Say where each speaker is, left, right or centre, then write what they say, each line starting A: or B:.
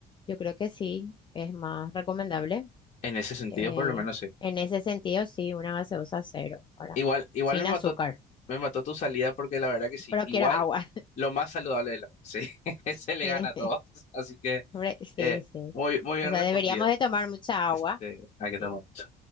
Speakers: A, on the left (about 30°); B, on the left (about 45°).
A: yo creo que sí, es más recomendable.
B: En ese sentido,
A: eh,
B: por lo menos sí.
A: en ese sentido, sí, una gaseosa cero, ahora,
B: Igual, igual
A: sin
B: me mató,
A: azúcar,
B: me mató tu salida porque la verdad que sí.
A: pero
B: Igual
A: quiero agua.
B: lo más saludable del agua, sí. <laughs> Se
A: <laughs>
B: le
A: Sí,
B: gana a todos. Así que
A: Re- sí.
B: eh,
A: sí.
B: muy, muy bien
A: O sea,
B: respondido.
A: deberíamos de tomar mucha
B: Este,
A: agua.
B: hay que
A: Sí,
B: tomar mucho.